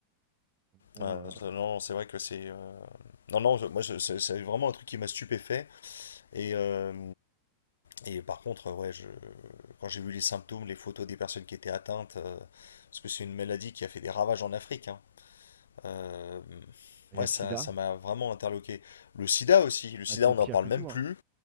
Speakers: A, on the right (about 35°); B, on the left (about 65°).
A: Donc bon,
B: ouais,
A: euh, bah,
B: non, non, c'est vrai que c'est. euh, Non, non, je- moi, je- c'est c'est vraiment un truc qui m'a stupéfait. Et, euh, et par contre, ouais, je... quand j'ai vu les symptômes, les photos des personnes qui étaient atteintes, euh, parce que c'est une maladie qui a fait des ravages en Afrique, hein. Euh,
A: il
B: ouais,
A: y a le
B: ça,
A: sida.
B: ça m'a vraiment interloqué. Le sida aussi. Le sida,
A: Ah, c'est
B: on
A: pire
B: n'en parle
A: que
B: même
A: tout, hein.
B: plus.